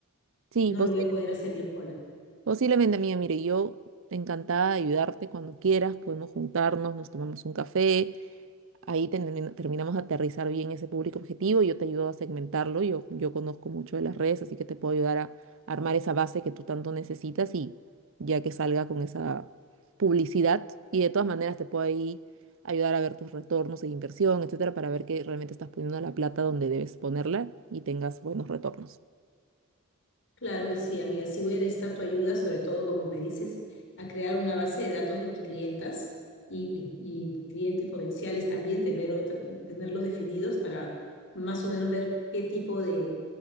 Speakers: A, on the right (about 60°); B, on the left (about 60°).
A: Sí,
B: No
A: posible-
B: lo voy a poder hacer yo sola.
A: posiblemente, amiga. Mire, yo encantada de ayudarte cuando quieras. Podemos juntarnos, nos tomamos un café. Ahí termin- terminamos de aterrizar bien ese público objetivo. Yo te ayudo a segmentarlo. Yo, yo conozco mucho de las redes, así que te puedo ayudar a armar esa base que tú tanto necesitas y ya que salga con esa publicidad. Y de todas maneras te puedo ahí ayudar a ver tus retornos de inversión, etcétera, para ver que realmente estás poniendo la plata donde debes ponerla y tengas buenos retornos.
B: Claro que sí, amiga. Sí voy a necesitar tu ayuda, sobre todo, como me dices, a crear una base de datos de mis clientas y, y clientes potenciales también, tener otra- tenerlos definidos para más o menos ver qué tipo de,